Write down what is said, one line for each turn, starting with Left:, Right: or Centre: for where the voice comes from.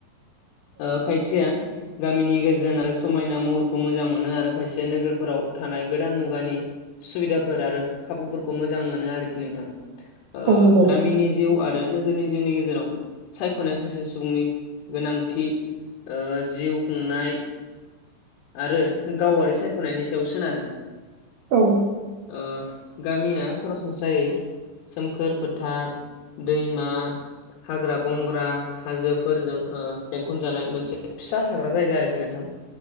Left: औ खायसेया गामिनि गोरजोन आरो समायना महरखौ मोजां मोनो आरो खायसे नोगोरफोराव थानाय गोदान मुगानि सुबिदाफोर आरो खाबुफोरखौ मोजां मोनो आरोखि नोंथां। ओ
Right: औ नंगौ
Left: गामिनि जिउ आरो नोगोरनि जिउनि गेजेराव सायख'नाया सासे सुबुंनि गोनांथि औ जिउ खुंनाय आरो गावारि सायख'नायनि सायाव सोनारो‌
Right: औ
Left: औ गामिया सरासनस्रायै सोमखोर फोथार, दैमा, हाग्रा बंग्रा हाजोफोरजों ओ बेंखनजानाय मोनसे फिसा थाग्रा जायगा आरोखि नोंथां।